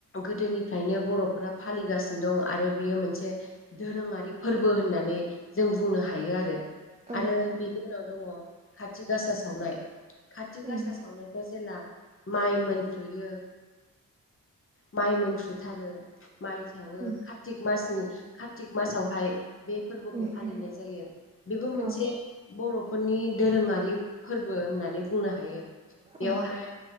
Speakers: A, on the left (about 35°); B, on the right (about 20°).
A: गोदोनिफ्रायनो बर'फोरा फालिगासिनो दं आरो बियो मोनसे दोरोङारि फोरबो होननानै जों बुंनो हायो आरो।
B: औ
A: आरो
B: औ
A: बिनि उनाव दङ खाथि गासा सावनाय खाथि
B: उम
A: गासा सावनाय ब्ला माइ मोनफ्रुयो माइ मोनफुथारो। माइथायावबो
B: उम
A: कारतिक मासनि कारतिक मासावहाय बे फोरबोखौ
B: उम
A: फालिनाय
B: उम
A: जायो। बेबो मोनसे
B: औ
A: बर'फोरनि दोरोङारि फोरबो होननानै बुंनो हायो। बेयावहाय
B: औ